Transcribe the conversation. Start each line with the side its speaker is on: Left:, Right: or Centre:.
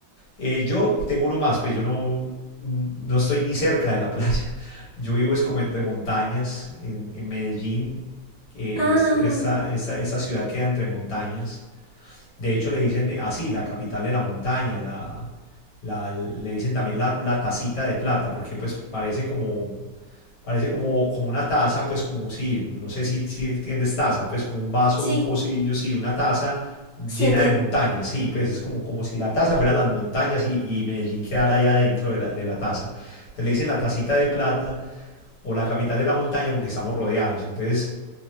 Left: Eh, yo tengo uno más, pues yo no, no estoy ni cerca de la playa. <laughs> Yo vivo es como entre montañas, en, en Medellín. eh,
Centre: Ah,
Left: es- esa, esa, esa ciudad queda entre montañas. De hecho, le dicen eh, así, la capital de la montaña, la, la- le dicen también la, la tacita de plata, porque pues parece como, parece como, como una taza, pues como sí, no sé si, si entiendes taza, pues como un vaso,
Centre: sí,
Left: un pocillo, sí, una taza
Centre: sí
Left: llena
Centre: entiendo,
Left: de montañas, sí, pues es como, como si la taza fuera las montañas y, y Medellín quedara ahí adentro de la, de la taza. Entonces le dicen la tacita de plata o la capital de la montaña porque estamos rodeados. Entonces